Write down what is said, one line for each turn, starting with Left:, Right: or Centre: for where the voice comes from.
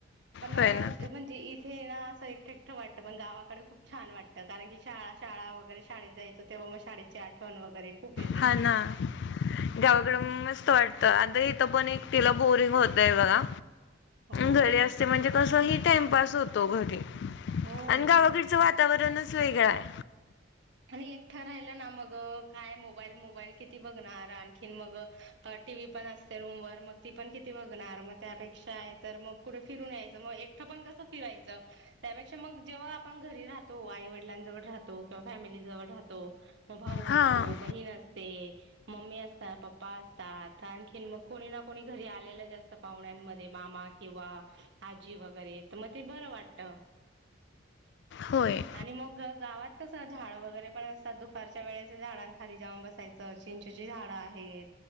Right: पण
Left: होय ना
Right: म्हणजे इथे ना असं एकटे एकटं वाटतं. पण गावा कडे खूप छान वाटतं, कारण की शाळा शाळा वगैरे शाळेत जायचा तेव्हा मग शाळेची आठवण वगैरे खूप येते
Left: हा ना गावाकडं मस्त वाटतं. आता ही इथे पण एकटीला बोरिंग होतय बघा.
Right: हो
Left: घरी असते म्हणजे कसही टाइमपास होतो घरी
Right: हो
Left: आणि गावाकडचं वातावरणच वेगळ हाय.
Right: आणि एकटं राहिलं ना मग काय मोबाईल, मोबाईल किती बघणार. आणखीन मग मी पण असते रूमवर मग ती पण किती बघणार, मग त्यापेक्षा आहे तर मग कुठे फिरून यायचं. मग एक कस फिरायचं. त्यापेक्षा मग जेव्हा आपण घरी राहतो आई वडिलांजवळ राहतो किंवा फॅमिली जवळ राहतो, मग भाऊ
Left: हां
Right: असतो बहीण अस मम्मी असतात, पप्पा असतात आणखी मग कोणी ना कोणी घरी आलेलंच असतं पाहुणे मामा किंवा आजी वगैरे तर मग ते बर वाटतं.
Left: होय.
Right: आणि मग गावात कसं झाड वगैरे पण असतात दुपारच्या वेळेस झाडां खाली जाऊन बसायचं. चिंचेची झाडं आहेत